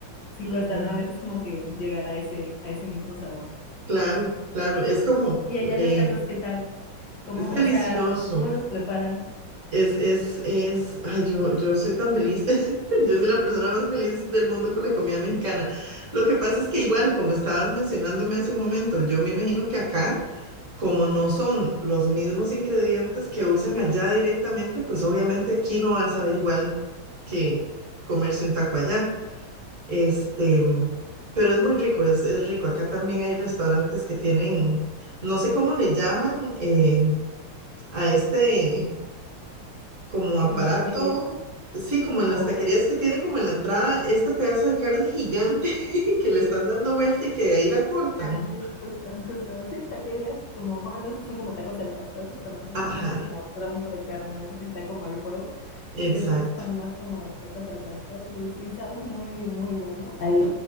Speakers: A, on the left; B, on the right.
A: sí
B: Ujú,
A: cuesta, ¿no? A veces como que llegar a ese, a ese mismo sabor.
B: Claro, claro, es como,
A: Y allá
B: eh,
A: los tacos, ¿qué tal? ¿Cómo,
B: es delicioso.
A: o sea, cómo los preparan?
B: Es, es, es, ay, yo, yo soy tan feliz. <laughs> Yo soy la persona más feliz del mundo con la comida mexicana. Lo que pasa es que igual, como estabas mencionándome hace un momento, yo me imagino que acá, como no son los mismos ingredientes que usan allá directamente, pues obviamente aquí no vas a ver igual que comerse un taco allá. Este, pero es muy rico, es, es rico. Acá también hay restaurantes que tienen, no sé cómo le llaman, eh, a este como aparato,
A: ¿Como taquerías?
B: sí, como en
A: ¿O
B: las taquerías que tienen como en la entrada este pedazo de carne gigante <laughs> que le están dando vuelta y que de ahí la cortan.
A: Ah, sí, justo, <laughs> justo. Sí, taquerías como, bueno, esos son como tacos al pastor, los conocemos,
B: Ajá,
A: este como tronco de carne, ¿no? Que está como al fuego.
B: exacto.
A: Sí, esos están más como tacos al pastor y sí, saben muy, muy buenos. Ahí,